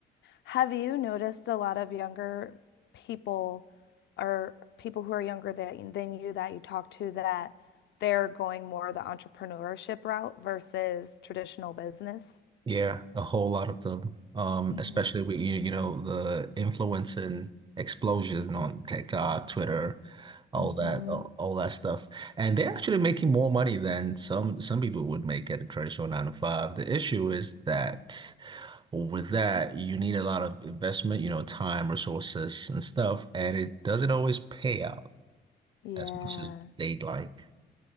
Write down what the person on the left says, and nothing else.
have you noticed a lot of younger people or people who are younger that, than you that you talk to that they're going more the entrepreneurship route versus traditional business
Mm-hmm.
Mm-hmm.
Yeah.